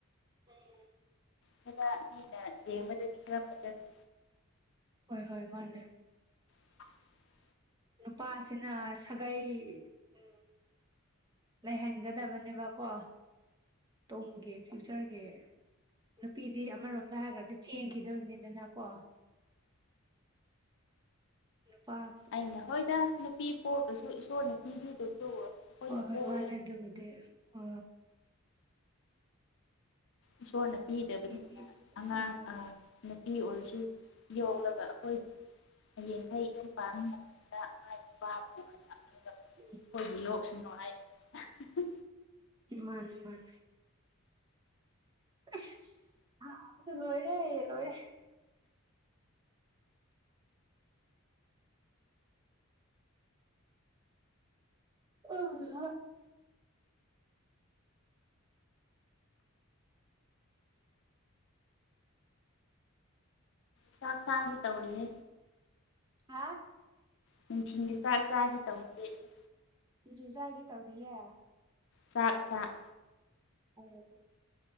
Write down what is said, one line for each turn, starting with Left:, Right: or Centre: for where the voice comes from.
Right: <unintelligible>
Left: ꯈꯔ ꯃꯤꯅ ꯌꯦꯡꯕꯗꯗꯤ ꯈꯔ ꯐꯖꯗꯦ
Right: ꯍꯣꯏ ꯍꯣꯏ ꯃꯟꯅꯦ
Left: <inaudible>
Right: ꯅꯨꯄꯥꯁꯤꯅ ꯁꯥꯒꯩ ꯎꯝ ꯂꯩꯍꯟꯒꯗꯕꯅꯦꯕ ꯀꯣ ꯇꯨꯡꯒꯦ ꯐ꯭ꯌꯨꯆꯔꯒꯤ ꯅꯨꯄꯤꯗꯤ ꯑꯃꯔꯣꯝꯗ ꯍꯥꯏꯒ꯭ꯔꯗꯤ ꯆꯦꯟꯈꯤꯗꯧꯅꯤꯗꯅꯀꯣ <unintelligible> ꯅꯨꯄꯥꯥ
Left: ꯑꯩꯅ ꯍꯣꯏꯗ ꯅꯨꯄꯤ ꯄꯣꯛꯇ꯭ꯔꯁꯨ ꯏꯁꯣꯔꯅ ꯄꯤꯕꯤꯕꯗꯨ ꯑꯩꯈꯣꯏꯅ
Right: ꯍꯣꯏ ꯍꯣꯏ
Left: ꯄꯣꯛ
Right: ꯃꯥꯅꯦ ꯑꯗꯨꯕꯨꯗꯤ ꯑ
Left: ꯏꯁꯣꯔꯅ ꯄꯤꯗꯕꯅꯤꯅ
Right: ꯄꯤ ꯄꯤꯕꯗꯨ ꯑꯗꯨꯝ
Left: ꯑꯉꯥꯡ
Right: ꯂꯧꯒꯗꯕ
Left: ꯑ ꯅꯨꯄꯤ ꯑꯣꯏꯔꯁꯨ ꯌꯣꯛꯂꯒ ꯑꯩꯈꯣꯏꯒꯤ ꯍꯌꯦꯡꯈꯩ ꯌꯨꯝ ꯄꯥꯟꯕ ꯃꯇꯝꯗ ꯃꯥꯏ ꯅꯨꯄꯥ ꯄꯨꯍꯟꯂꯛꯂꯒ
Right: ꯎꯝ
Left: ꯑꯩꯈꯣꯏꯒꯤ ꯌꯣꯛꯁꯅꯨ ꯍꯥꯏꯔꯤ ꯑꯥꯍꯍꯪ
Right: ꯎꯝ ꯃꯅꯦ ꯃꯅꯦ ꯑꯁ ꯁꯥꯕꯗ ꯂꯣꯏꯔꯦ ꯂꯣꯏꯔꯦ ꯑꯥꯍꯥ
Left: ꯆꯥꯛ ꯆꯥꯒꯦ ꯇꯧꯔꯤꯍꯦ
Right: ꯍꯥ
Left: ꯅꯨꯡꯊꯤꯟꯒꯤ ꯆꯥꯛ ꯆꯥꯒꯤ ꯇꯧꯔꯤꯍꯦ ꯑꯩꯁꯨ
Right: ꯁꯤꯡꯖꯨ ꯆꯒꯦ ꯇꯧꯔꯤꯌꯥ
Left: ꯆꯥꯛ ꯆꯥꯛ
Right: ꯑꯣ